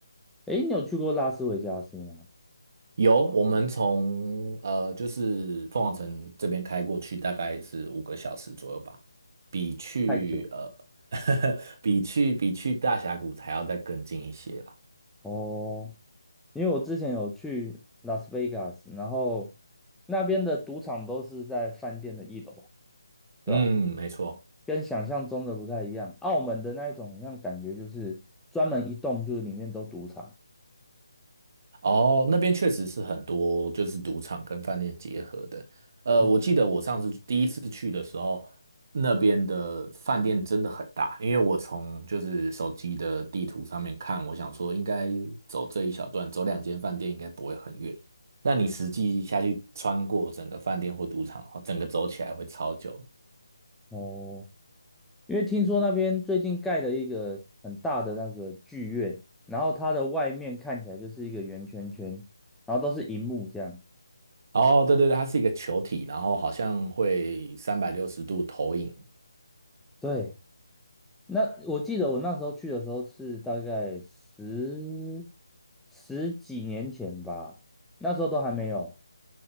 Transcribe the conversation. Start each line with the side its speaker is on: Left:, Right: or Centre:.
Centre: 诶，你有去过拉斯维加斯吗？
Right: 有，我们从呃就是凤凰城这边开过去，大概是五个小时左右吧，比去呃
Centre: 太久了
Right: <laughs> 比去比去大峡谷还要再更近一些啦。
Centre: 哦，因为我之前有去拉斯维加斯，然后那边的赌场都是在饭店的一楼，对吧？
Right: 嗯，没错。
Centre: 跟想象中的不太一样。澳门的那一种，好像感觉就是专门一栋，就是里面都赌场。
Right: 哦，那边确实是很多就是赌场跟饭店结合的。呃，
Centre: 嗯，
Right: 我记得我上次第一次去的时候，那边的饭店真的很大，因为我从就是手机的地图上面看，我想说应该走这一小段，走两间饭店应该不会很远。那你实际下去穿过整个饭店或赌场的话，整个走起来会超久的。
Centre: 哦，因为听说那边最近盖了一个很大的那个剧院，然后它的外面看起来就是一个圆圈圈，然后都是荧幕这样。
Right: 哦，对对对，它是一个球体，然后好像会三百六十度投影。
Centre: 对，那我记得我那时候去的时候是大概十十几年前吧，那时候都还没有。